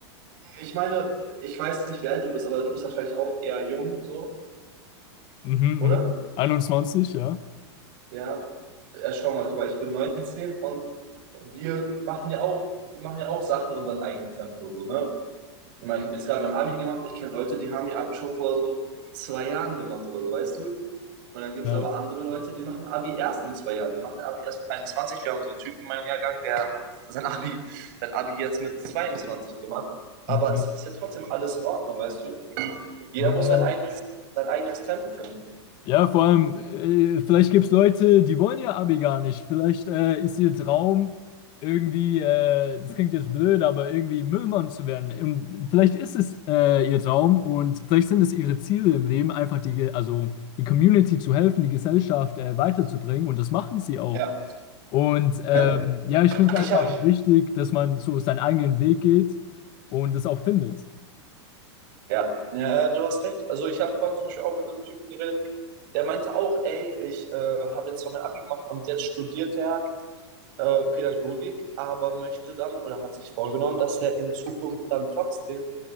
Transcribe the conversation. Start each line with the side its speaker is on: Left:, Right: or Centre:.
Right: ich meine, ich weiß nicht, wie alt du bist, aber du bist wahrscheinlich auch eher jung, so,
Left: Mhm,
Right: oder?
Left: mhm. 21, ja.
Right: Ja, ja, schau mal, guck mal, ich bin 19 und wir machen ja auch, wir machen ja auch Sachen in unserem eigenen Tempo, so, ne? Ich meine, ich habe jetzt gerade mein Abi gemacht, ich kenne Leute, die haben ihr Abi schon vor so zwei Jahren gemacht oder so, weißt du? Und dann gibt
Left: Ja,
Right: es aber andere Leute, die machen Abi erst in zwei Jahren. Die machen Abi erst mit 21. Wir haben so einen Typen in meinem Jahrgang, der hat sein Abi, sein Abi jetzt mit 22 gemacht. Aber
Left: mhm.
Right: es ist ja trotzdem alles in Ordnung, weißt du? Jeder
Left: Ja,
Right: muss sein
Left: ja.
Right: eigenes, sein eigenes Tempo finden.
Left: Ja, vor allem, äh, vielleicht gibt es Leute, die wollen ihr Abi gar nicht. Vielleicht äh, ist ihr Traum irgendwie, äh, das klingt jetzt blöd, aber irgendwie Müllmann zu werden. Und vielleicht ist es äh, ihr Traum und vielleicht sind es ihre Ziele im Leben, einfach die, Ge- also die Community zu helfen, die Gesellschaft äh, weiterzubringen. Und das machen sie auch.
Right: Ja.
Left: Und ähm,
Right: Ja,
Left: ja, ich finde es
Right: ich
Left: einfach
Right: habe
Left: wichtig, dass man so seinen eigenen Weg geht und es auch findet.
Right: Ja, ja, ja, du hast recht. Also ich habe vorhin zum Beispiel auch mit einem Typen geredet, der meinte auch, ey, ich äh, habe jetzt zwar mein Abi gemacht und jetzt studiert er äh, Pädagogik, aber möchte dann oder hat sich vorgenommen, dass er in Zukunft dann trotzdem